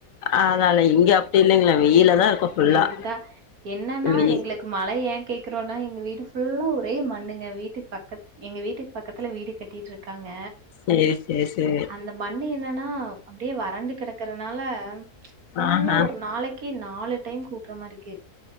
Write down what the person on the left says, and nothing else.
அதனால இங்க அப்டி இல்லைங்களே
வெயிலாதா
இருக்கு ஃபுல்லா
வெயில்
செரி செரி செரிங்க
ஆஹா